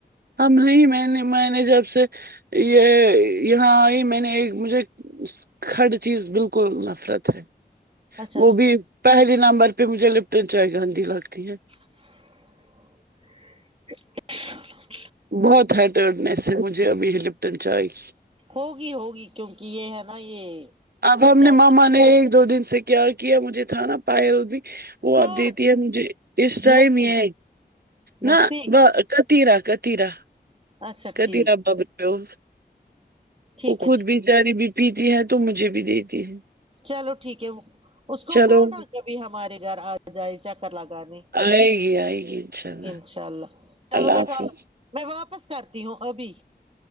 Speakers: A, on the right; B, on the right.
A: ہم نہیں میں نے میں نے جب سے یہ یہاں آئی میں نے ایک مجھے اس کھڈ چیز بالکل نفرت ہے
B: اچھا اچھا
A: وہ بھی پہلی نمبر پہ مجھے لپٹن چائے گندی لگتی ہے
B: <unintelligible>
A: بہت ہائٹرٹنیس ہے مجھے ابھی ہی لپٹن چائے کی
B: ہوگی ہوگی کیونکہ یہ ہے نا یہ
A: اب ہم
B: کیا
A: نے ماما نے ایک دو دن سے کیا کیا مجھے تھا نا پائے ر بھی وہ
B: کٹ
A: اب دیتی ہے مجھے اس ٹائم
B: لسی
A: یہ
B: لسی
A: نہ تو ادر کتیرا کتیرا
B: اچھا
A: کتیرا
B: ٹھیک
A: ببر ہو
B: ٹھیک
A: وہ
B: ہے
A: خود
B: ٹھیک
A: بچاری بھی پیتی ہے تو مجھے بھی دیتی ہے
B: چلو ٹھیک ہے اس کو
A: چلو
B: بول نا کبھی ہمارے گھر آ جائے چکر لگانے
A: آئے گی آئے گی ان شاء اللہ
B: انشاء اللہ چلو
A: اللہ
B: بیٹا
A: حافظ <unintelligible>
B: میں واپس کرتی ہوں ابھی